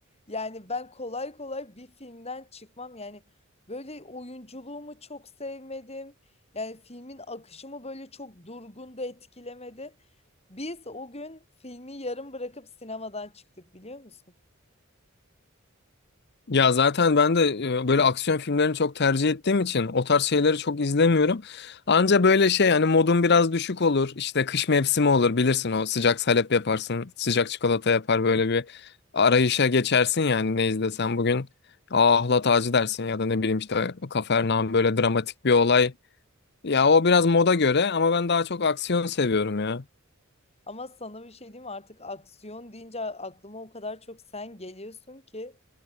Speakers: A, on the left; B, on the left.
A: yani ben kolay kolay bir filmden çıkmam. Yani böyle oyunculuğumu çok sevmedim. Yani filmin akışımı böyle çok durgun da etkilemedi. Biz o gün filmi yarım bırakıp sinemadan çıktık biliyor musun?
B: Ya zaten ben de e, böyle aksiyon filmlerini çok tercih ettiğim için o tarz şeyleri çok izlemiyorum. Anca böyle şey hani modum biraz düşük olur. İşte kış mevsimi olur bilirsin o sıcak salep yaparsın. Sıcak çikolata yapar böyle bir arayışa geçersin yani ne izlesen bugün. Aa ahlat ağacı dersin ya da ne bileyim işte Kafernaum böyle dramatik bir olay. Ya o biraz moda göre ama ben daha çok aksiyon seviyorum ya.
A: Ama sana bir şey diyeyim mi? Artık aksiyon deyince aklıma o kadar çok sen geliyorsun ki.